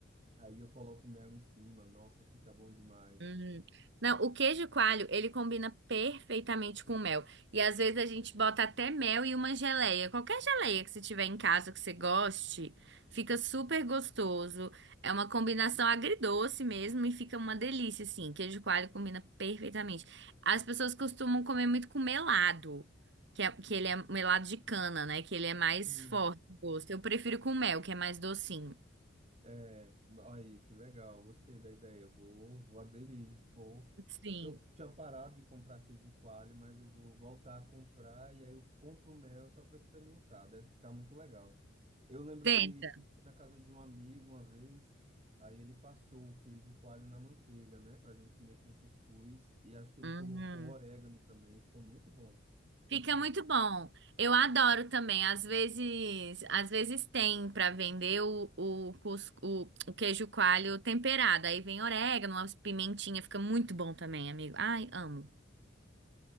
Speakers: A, on the right; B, on the right.
A: Aí eu coloco mel em cima, nossa, fica bom demais.
B: Uhum. Não, o queijo coalho, ele combina perfeitamente com mel. E às vezes a gente bota até mel e uma geleia. Qualquer geleia que você tiver em casa que você goste, fica super gostoso. É uma combinação agridoce mesmo e fica uma delícia, assim. Queijo coalho combina perfeitamente. As pessoas costumam comer muito com melado, que, é, que ele é melado de cana, né? Que ele é mais
A: Hum.
B: forte o gosto. Eu prefiro com mel, que é mais docinho.
A: É, aí, que legal, gostei da ideia. Eu Vou, vou aderir, vou.
B: Sim,
A: É porque eu tinha parado de comprar queijo coalho, mas eu vou voltar a comprar e aí eu compro o mel só para experimentar, deve ficar muito legal. Eu lembro
B: tenta.
A: que fui na casa de um amigo uma vez, aí ele passou o queijo coalho na manteiga, né, pra gente comer com cuscuz e acho que ele
B: Uhum.
A: colocou orégano também, ficou muito bom, muito
B: Fica
A: bom.
B: muito bom. Eu adoro também. Às vezes, às vezes tem para vender o, o, cus- o, o queijo coalho temperado. Aí vem orégano, umas pimentinhas, fica muito bom também, amigo. Ai, amo.